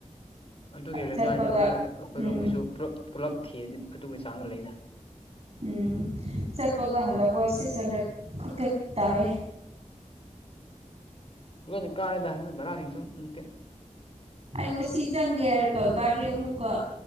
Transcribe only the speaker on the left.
ꯑꯗꯨꯒꯤ ꯂꯦꯡꯒꯥꯥꯅꯤꯗ
ꯑꯩꯈꯣꯏ ꯑꯩꯈꯣꯏꯔꯣꯝꯒꯤꯁꯨ
ꯄꯨꯂꯞ ꯄꯨꯜꯂꯞ ꯊꯤꯗꯤ ꯑꯗꯨꯒꯤ ꯆꯥꯡꯅ ꯂꯩꯅ
ꯎ ꯂꯣꯏꯅ ꯀꯥꯔꯦꯗ ꯚꯔꯥꯁꯤꯡꯁꯨꯇ